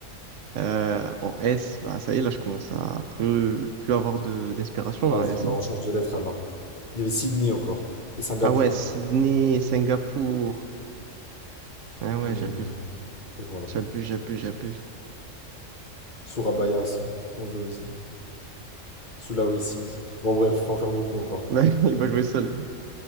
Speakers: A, on the right; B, on the left.
A: Euh, en S, bah, ça y est, là, je commence à plus, plus avoir de, d'inspiration, là,
B: Vas-y,
A: en S,
B: bah
A: hein.
B: on change de lettre alors. Il y avait Sydney encore. Et Singapour.
A: Ah ouais, Sydney, Singapour. Ah ouais,
B: Et,
A: j'abuse,
B: et voilà.
A: j'abuse, j'abuse, j'abuse.
B: Surabaya aussi. En Indonésie. Sulawesi. Bon bref, je peux en faire beaucoup encore.
A: Mais <laughs> il va jouer seul.